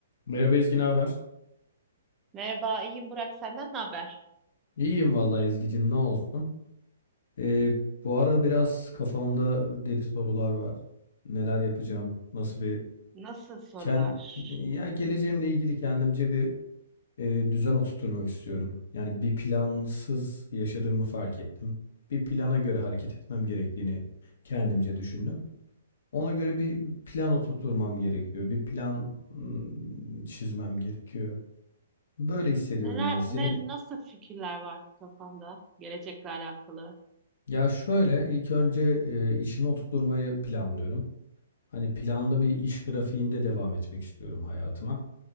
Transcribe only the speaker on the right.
Merhaba, iyiyim Burak. Senden ne haber?
Nasıl sorular?
Neler,
ne, nasıl fikirler var kafanda gelecekle alakalı?